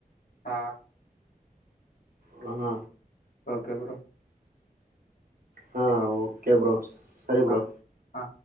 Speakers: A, on the left; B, on the right.
A: ಹಾ
B: ಹ್ಮ
A: ಓಕೆ ಬರೋ
B: ಹಾ ಓಕೆ ಬ್ರೋ ಸರಿ
A: ಹಾ
B: ಬ್ರೋ
A: ಹಾ